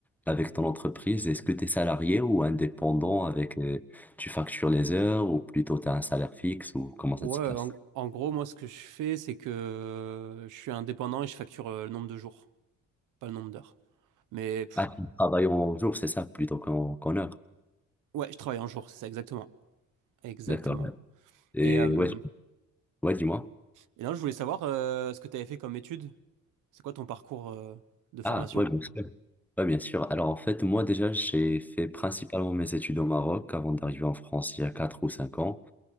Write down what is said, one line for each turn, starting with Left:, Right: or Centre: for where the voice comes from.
Centre: avec ton entreprise. Est-ce que tu es salarié ou indépendant avec, euh, tu factures les heures ou plutôt tu as un salaire fixe ou comment
Right: Ouais,
Centre: ça se passe?
Right: en, en gros moi ce que je fais c'est que euh, je suis indépendant et je facture euh, le nombre de jours, pas le nombre d'heures. Mais pff,
Centre: Ah, tu travailles en jour, c'est ça, plutôt qu'en qu'en heure.
Right: ouais, je travaille en jour, c'est ça exactement, exactement.
Centre: D'accord. ouais. Et
Right: Et, euh,
Centre: ouais, ouais, dis-moi.
Right: et là, je voulais savoir euh, ce que tu avais fait comme étude. C'est quoi ton parcours euh, de formation?
Centre: Ah, ouais, bien sûr. Ouais, bien sûr. Alors, en fait, moi, déjà, j'ai fait principalement mes études au Maroc avant d'arriver en France il y a 4 ou 5 ans.